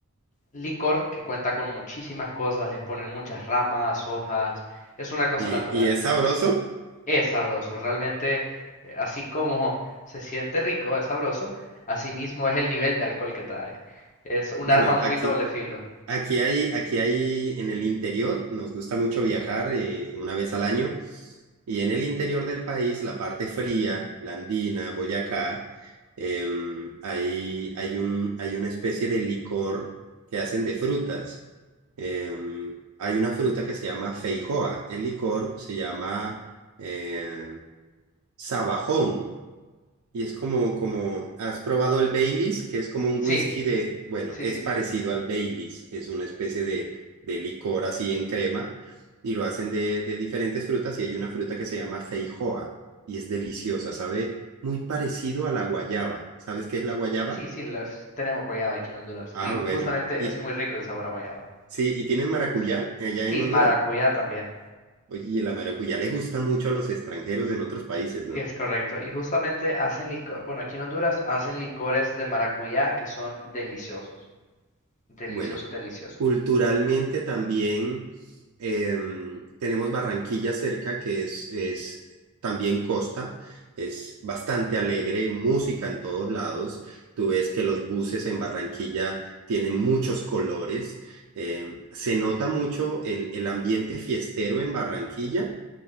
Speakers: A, on the left; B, on the right.
A: licor que cuenta con muchísimas cosas, les ponen muchas ramas, hojas, es una cosa
B: ¿Y,
A: natural.
B: y es sabroso?
A: Es sabroso, realmente, eh, así como se siente rico, es sabroso, asimismo es el nivel de alcohol que trae. Es un
B: Bueno,
A: arma muy
B: aquí,
A: doble filo.
B: Aquí hay, aquí hay en el interior, nos gusta mucho viajar eh, una vez al año, y en el interior del país, la parte fría, la andina, Boyacá, em, hay, hay un, hay una especie de licor que hacen de frutas. Em, hay una fruta que se llama feijoa, el licor se llama eh, sabajón. Y es como, como, ¿has probado el Baileys? Que es como un
A: Sí,
B: whisky de, bueno,
A: sí,
B: es
A: sí, sí.
B: parecido al Baileys, es una especie de, de licor así en crema y lo hacen de, de diferentes frutas y hay una fruta que se llama feijoa y es deliciosa, sabe muy parecido a la guayaba. ¿Sabes qué es la guayaba?
A: Sí, sí, los tenemos guayaba aquí en Honduras.
B: Ah,
A: Y justamente
B: bueno. Y
A: es muy rico el sabor a guayaba.
B: sí, ¿y tienen maracuyá allá
A: Sí,
B: en Honduras?
A: maracuyá también.
B: Oye, y la maracuyá le gusta mucho a los extranjeros en otros países, ¿no?
A: Es correcto. Y justamente hacen licor, bueno, aquí en Honduras hacen licores de maracuyá que son deliciosos. Deliciosos,
B: Bueno,
A: deliciosos.
B: culturalmente también em, tenemos Barranquilla cerca, que es, es también costa, es bastante alegre, música en todos lados. Tú ves que los buses en Barranquilla tienen muchos colores. em, se nota mucho el, el ambiente fiestero en Barranquilla